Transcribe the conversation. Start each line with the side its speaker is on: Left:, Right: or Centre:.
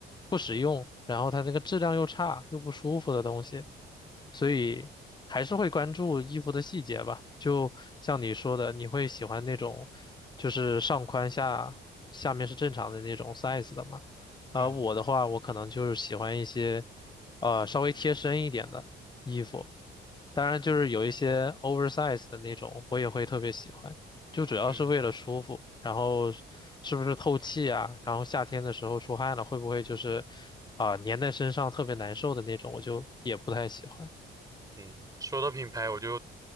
Left: 不实用，然后它那个质量又差又不舒服的东西，所以还是会关注衣服的细节吧。就像你说的，你会喜欢那种就是上宽下下面是正常的那种 size 的嘛？而我的话，
Right: 嗯
Left: 我可能就是喜欢一些呃稍微贴身一点的衣服，当然就是有一些 oversize 的那种，我也会特别喜欢。就主要是为了舒服，
Right: 嗯
Left: 然后是是不是透气啊？然后夏天的时候出汗了，会不会就是啊、粘在身上特别难受的那种？我就也不太喜欢。
Right: 嗯，说到品牌，我就